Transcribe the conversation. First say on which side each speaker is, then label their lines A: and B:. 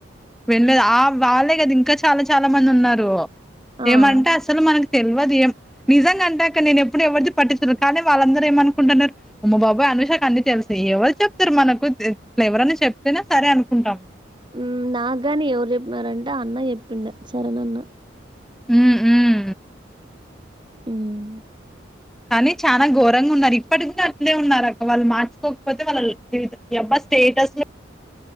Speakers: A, in the centre; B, on the right.
A: విన్లేదు ఆ వాళ్ళే గాదు ఇంక చా చాలా చాలా మంది ఉన్నారు
B: ఆ ఆ
A: ఏమంటే అసలు మనకు తెల్వదు ఏం నిజంగా అంటె అక్క నేను ఎప్పుడు ఎవరిది పట్టిచుకొను కానీ వాళ్ళందరు ఏమనుకుంటున్నరు అమ్మ బాబొయ్ అనుషాకు అన్ని తెలుసు ఎవరు చెప్తారు మనకు తె ట్లేవరన్న చెప్తేనే సరే అనుకుంటాం
B: మ్ నాగాని ఎవరు చెప్పినారంటే అన్న చెప్పిండే చరణ్ అన్న
A: ఉమ్ ఉమ్
B: మ్మ్
A: కనీ చానా ఘోరంగా ఉన్నారు ఇప్పటి గూడ అట్లే ఉన్నారు అక్క వాళ్ళు మార్చుకోకపోతే వాళ్ళ లై <unintelligible> స్టేటస్ లు